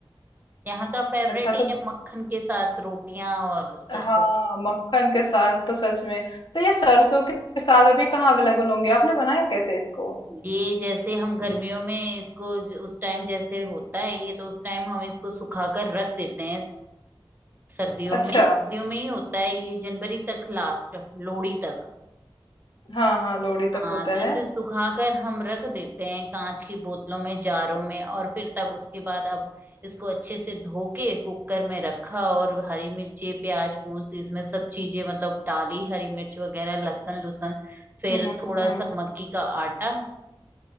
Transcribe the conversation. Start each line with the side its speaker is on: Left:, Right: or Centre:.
Right: यहाँ का फेवरेट
Left: अच्छा
Right: ही
Left: तो
Right: है मक्खन के साथ रोटियां और सरसों
Left: हाँ
Right: का
Left: मक्खन के साथ तो सच में तो ये सरसों के साग अभी कहाँ अवेलेबल होंगे आपने बनाया कैसे इसको
Right: साग। ये जैसे हम गर्मियों में इसको ज- उस टाइम जैसे होता है ये तो उस टाइम हम इसको सुखाकर रख देते हैं सर्दियों
Left: अच्छा
Right: में सर्दियों में ही होता है ये जनवरी तक लास्ट लोहड़ी तक
Left: हाँ हाँ लोहड़ी तक
Right: हाँ
Left: होता
Right: तो
Left: है
Right: इसे सुखाकर हम रख देते हैं कांच की बोतलों में जारों में और फिर तब उसके बाद अब इसको अच्छे से धो के कुकर में रखा और हरी मिर्ची प्याज पूस इसमें सब चीजें मतलब डाली हरी मिर्च वगैरह लहसुन लुसन फिर
Left: हम्म
Right: थोड़ा
Left: हम्म
Right: सा मक्की का आटा